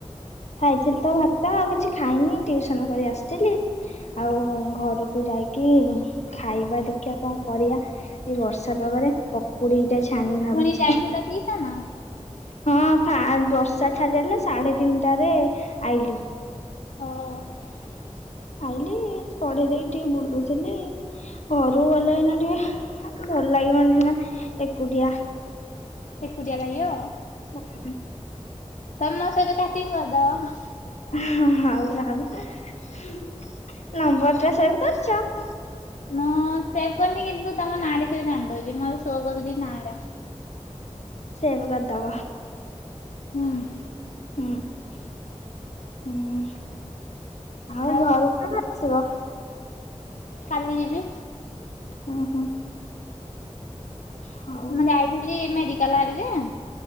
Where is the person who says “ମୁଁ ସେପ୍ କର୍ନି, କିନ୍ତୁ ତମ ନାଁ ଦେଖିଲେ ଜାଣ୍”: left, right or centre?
Left